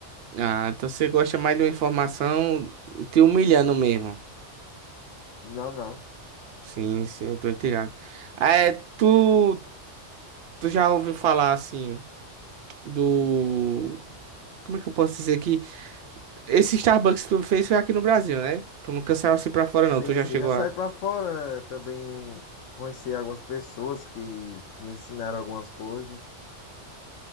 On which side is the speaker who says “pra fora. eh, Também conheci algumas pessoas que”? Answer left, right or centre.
Left